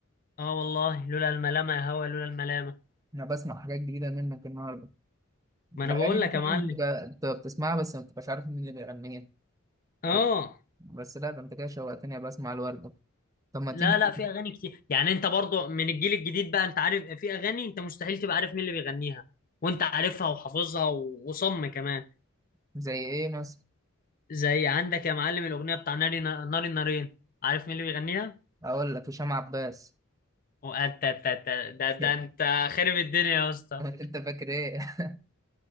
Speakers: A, on the left; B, on the right.
A: اه والله لولا الملامة يا هوا لولا الملامة
B: انا بسمع حاجات جديده منك النهارده
A: ما انا
B: الاغاني
A: بقول
B: دي
A: لك
B: فعلا
A: يا معلم
B: بتبقى انت بتسمعها بس ما بتبقاش عارف مين اللي بيغنيها
A: اه
B: بس, بس لا ده انت كده شوقتني أبقى اسمع الورده طب ما
A: لا
B: تيجي
A: لا في أغاني كتير يعني انت برضو من الجيل الجديد بقى انت عارف في أغاني انت مستحيل تبقى عارف مين اللي بيغنيها وانت عارفها وحافظها و- وصم كمان
B: زي ايه مثلا
A: زي عندك يا معلم الأغنية بتاع ناري ناري نارين عارف مين اللي بيغنيها؟
B: اقول لك هشام عباس
A: وأنت- أنت- أنت- ده
B: <laughs>
A: ده أنت خارب الدنيا يا اسطى
B: انت فاكر ايه <laughs>